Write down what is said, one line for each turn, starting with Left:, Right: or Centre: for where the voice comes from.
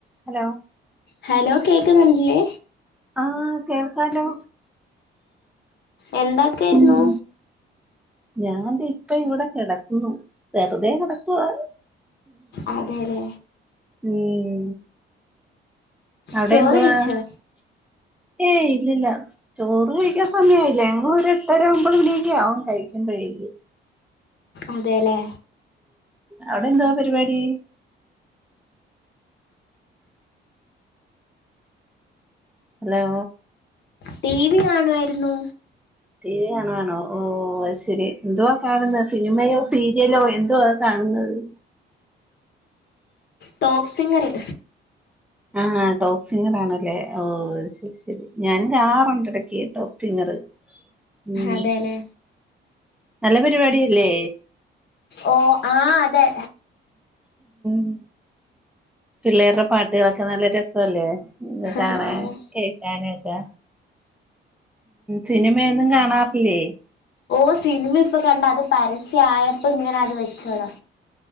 Centre: Hello
Left: hello കേക്ക്ന്ന്ണ്ടിലേ
Centre: ആഹ് കേൾക്കാലോ
Left: എന്താക്കേര്ന്നൂ.
Centre: ഉം ഞാൻ ദേ ഇപ്പ ഇവിടെ കിടക്കുന്നു വെറുതെ കെടക്കുവാ
Left: അതെല്ലേ
Centre: ഉം അവടെ
Left: ചോറ്
Centre: എന്തുവാ
Left: കഴിച്ചോ
Centre: ഏയ് ഇല്ലല്ല ചോറ് കഴിക്കാൻ സമയായില്ല ഞങ്ങ ഒരു എട്ടര ഒമ്പത് മണിയൊക്കെ ആവും കഴിക്കുമ്പഴേ
Left: അതേലേ
Centre: അവടെ എന്താ പരിവാടി ഹലോ
Left: ടി വി കാണുവാര്ന്നു
Centre: ടി വി കാണുവാണോ ഓഹ് അത് ശരി എന്തുവാ കാണുന്നത് സിനിമയോ സീരിയലോ എന്തുവാ കാണുന്നത്? ഉ
Left: ടോപ് സിംഗര്
Centre: ആ ടോപ്പ് സിങ്ങർ ആണല്ലേ ഓ ശരി ശരി ഞാനും കാണാറുണ്ട് ഇടക്ക് ടോപ്പ് സിങ്ങർ ഉം
Left: അതെല്ലേ
Centre: നല്ല പരിപാടില്ലേ
Left: ഓ ആ അതെ
Centre: ഉ പിള്ളേരുടെ പാട്ടുകളൊക്കെ നല്ല രസല്ലേ കാണാൻ
Left: ആഹ് ആഹ്
Centre: കേക്കൻ ഉ സിനിമയൊന്നും കാണാറില്ലേ
Left: ഓ സിനിമ ഇപ്പൊ കണ്ട അത് പരസ്യയപ്പോ ഇങ്ങനെ അത് വെച്ചോതാ